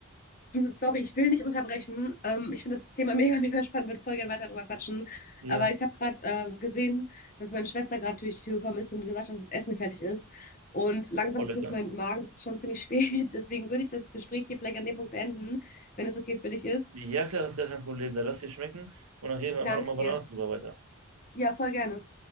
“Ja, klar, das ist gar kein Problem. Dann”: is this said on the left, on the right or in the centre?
Right